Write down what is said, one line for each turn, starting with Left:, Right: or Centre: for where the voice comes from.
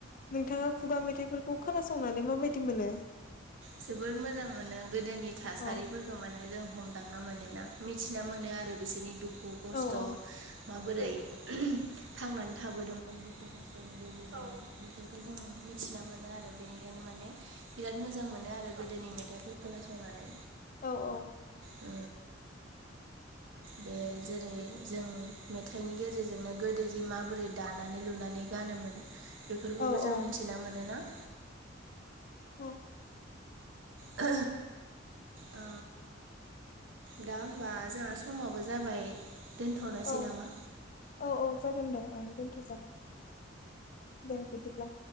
Left: नोंथाङा खुगा मेथाइफोरखौ खोनासंनानै माबायदि मोनो?
Right: जोबोर मोजां मोनो गोदोनि थासारिफोर
Left: औ
Right: खौ माने जों हमदांना मोनो ना मिथिना मोनो आरो बिसोरनि दुखु दुखु खस्थ'
Left: औ औ
Right: माबोरै थांनानै थाबोदों दुखु खस्थ' गेजेरजों औ बेफोरखौ जों मिथिना मोनो आरो बेनिखायनो माने बिराद मोजां मो नो आरो गोदोनि मेथाइफोर खोनासंनानै
Left: औ औ
Right: उ बे जेरै जों मेथाइनि गेजेरजोंनो गोदो जि माबोरै दानानै-लुनानै गानोमोन बेफोरखौबो
Left: औ
Right: जों
Left: औ
Right: मिथिना मोनोना।
Left: औ
Right: उ ओ दा होमबा जोंहा समाबो जाबाय दोनथ'नोसै
Left: औ
Right: नामा
Left: औ औ जागोन दे आं दोनथ' जागोन दे बिदिब्ला